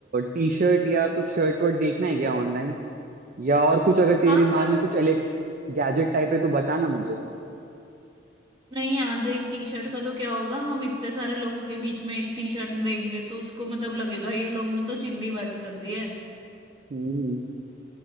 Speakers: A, on the right; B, on the right.
A: टी शर्ट या कुछ शर्ट वर्ट देखना है क्या ऑनलाइन या और कुछ अगर तेरे
B: हाँ
A: दिमाग
B: पर
A: में कुछ इलेक्ट गैजेट टाइप है तो बताना मुझे
B: नहीं यार देख टी शर्ट का तो क्या होगा हम इतने सारे लोगों के बीच में एक टी शर्ट देंगे तो उसको मतलब लगेगा ये लोग ने तो चिंदीबाजी कर दी है
A: हम्म